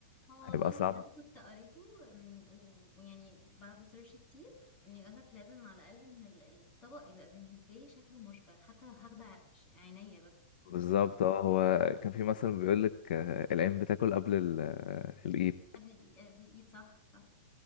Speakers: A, on the left; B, on the left.
A: هو
B: هيبقى
A: والله اللي
B: صعب
A: انا كنت قريته من و- ويعني بعد سيرش كتير ان يقولك لازم على الاقل ان ال- الطبق يبقى بالنسبه لي شكله مشبع حتى هاخدة عش- عينيا بس
B: بالظبط
A: عشان
B: اه
A: مخي
B: هو كان في مثل بيقول لك آه، العين بتاكل قبل ال- آه، الايد
A: قبل الإي- قبل الايد صح صح